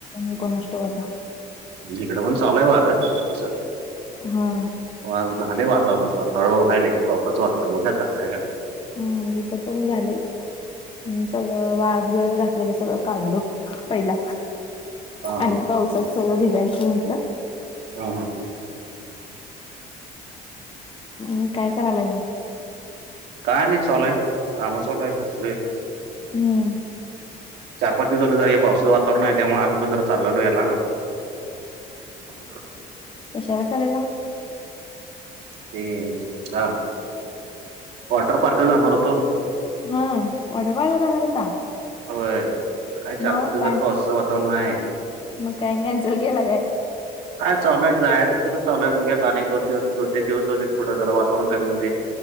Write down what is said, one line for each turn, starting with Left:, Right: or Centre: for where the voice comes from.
Left: नको नष्ट होता
Right: इकडं पण चालूय वार तस
Left: हा हा
Right: हा झालय वातावरण होत हळू व्हायले पावसाच वातावरण बघुया आता काय करत.
Left: हम्म्म इथ पण झालय. हम्म सगळ हा वाळत बिळत घातलेल सगळा काढलो पहिला
Right: हा
Left: आणि
Right: हा
Left: पावसात सगळं भिजायच म्हटल
Right: हा हा
Left: म काय करायलायला मग
Right: काय नाही चालूये काम चालूयेत बसलोये.
Left: हम्म
Right: चार पाच दिवस झाले जर हे पावसाच वातावरण आहे त्यामुळे आम्ही पण जर चालो याला. अपूसार
Left: कशाला चाल्यात.
Right: ते याला वॉटर पार्क ला जाणार होतो.
Left: होय वाॉटर पार्क जानार होता.
Right: होय आता काय चार
Left: मग
Right: पाच दिवस झाले
Left: काय
Right: पावसाच वातावरण आहे.
Left: मग काय कॅन्सल केला काय ॽ
Right: काय चालू आहे जायाच तर चालू आहे बघूयात अणि एक दोन दिवस दोन तीन दिवस जाऊ देत पूढ जरा वातावरण कमी होउदे